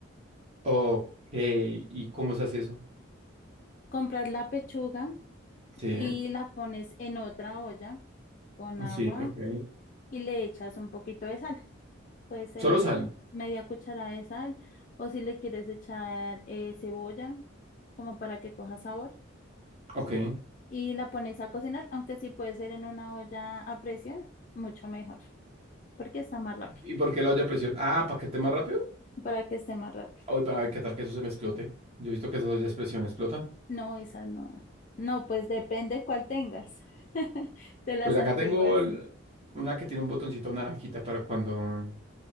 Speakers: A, on the right (about 30°); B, on the left (about 40°).
A: Ok. ¿Y cómo se hace eso?
B: Compras la pechuga
A: Sí,
B: y la pones en otra olla con agua
A: sí, ok.
B: y le echas un poquito de sal. Puede ser
A: Solo
B: un-
A: sal.
B: media cucharada de sal o si le quieres echar eh, cebolla como para que coja sabor
A: Ok.
B: y la pones a cocinar, aunque sí puede ser en una olla a presión, mucho mejor, porque está más rápido,
A: ¿Y por qué la olla a presión? Ah, ¿para que esté más rápido?
B: para que esté más rápido.
A: Uy, para ver qué tal que eso se me explote. Yo he visto que esas ollas a presión explotan.
B: No, esas no. No, pues depende cuál tengas. <laughs> De las
A: Pues acá
B: antiguas,
A: tengo el-
B: sí.
A: una que tiene un botoncito naranjita para cuando...